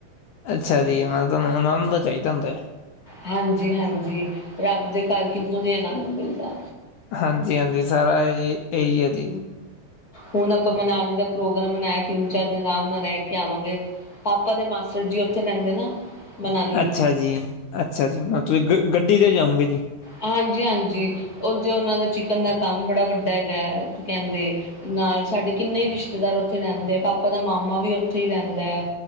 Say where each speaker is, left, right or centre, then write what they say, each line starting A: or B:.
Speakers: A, on the left (about 70°); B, on the left (about 25°).
A: ਅੱਛਾ ਜੀ ਮੈਂ ਤੁਹਾਨੂੰ ਉਹ ਨੂੰ ਦਾ ਚਾਹੀਦਾ ਹੁੰਦਾ।
B: ਹਾਂਜੀ-ਹਾਂਜੀ ਰੱਬ ਦੇ ਘਰ ਹੀ ਆਨੰਦ ਮਿਲਦਾ।
A: ਹਾਂਜੀ-ਹਾਂਜੀ ਸਾਰਾ ਇਹ ਇਹੀ ਹੈ ਜੀ।
B: ਹੁਣ ਆਪਾਂ ਮਨਾਲੀ ਦਾ ਪ੍ਰੋਗਰਾਮ ਬਣਾਇਆ ਤਿੰਨ ਚਾਰ ਦਿਨ ਆਰਾਮ ਨਾਲ ਰਹਿ ਕੇ ਆਵਾਂਗੇ। ਪਾਪਾ ਦੇ ਮਾਸੜ ਜੀ ਉੱਥੇ ਰਹਿੰਦੇ ਨਾ। ਮਨਾਲੀ
A: ਅੱਛਾ ਜੀ, ਅੱਛਾ ਜੀ ਮਤਲਬ ਤੁਸੀਂ ਗ ਗੱਡੀ ' ਜਾਉਂਗੇ ਜੀ।
B: ਹਾਂਜੀ ਹਾਂਜੀ ਉ ਉਹਨਾਂ ਦਾ ਚਿਕਨ ਦਾ ਕੰਮ ਬੜਾ ਵੱਡਾ ਹੈਗਾ ਹੈ। ਕਹਿੰਦੇ ਨਾਲ ਸਾਡੇ ਕਿੰਨੇ ਹੀ ਰਿਸ਼ਤੇਦਾਰ ਉੱਥੇ ਰਹਿੰਦੇ ਪਾਪਾ ਦਾ ਮਾਮਾ ਵੀ ਉੱਥੇ ਹੀ ਰਹਿੰਦਾ ਹੈ।